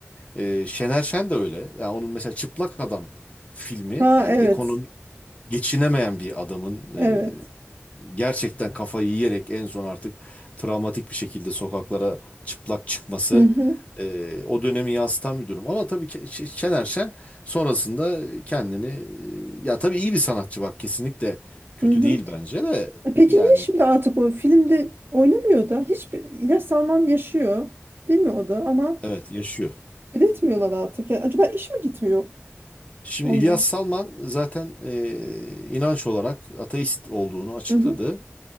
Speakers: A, on the left; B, on the right.
A: E, Şener Şen de öyle. Yani onun mesela Çıplak Adam filmi
B: Ha
A: yani
B: evet.
A: ekonomi geçinemeyen bir adamın e,
B: Evet.
A: gerçekten kafayı yiyerek en son artık travmatik bir şekilde sokaklara çıplak çıkması
B: Hı hı.
A: e, o dönemi yansıtan bir durum. Ama tabii Ke- Ş- Şener Şen sonrasında kendini e, ya tabii iyi bir sanatçı bak kesinlikle kötü
B: Hı hı.
A: değil bence de
B: E Peki
A: yani
B: niye şimdi artık o filmde oynamıyor da? Hiçbir İlyas Salman yaşıyor, değil mi o da? Ama
A: evet yaşıyor.
B: üretmiyorlar artık. Ya, acaba iş mi gitmiyor
A: Şimdi
B: onunla?
A: İlyas Salman zaten e, inanç olarak ateist olduğunu açıkladı.
B: Hı hı.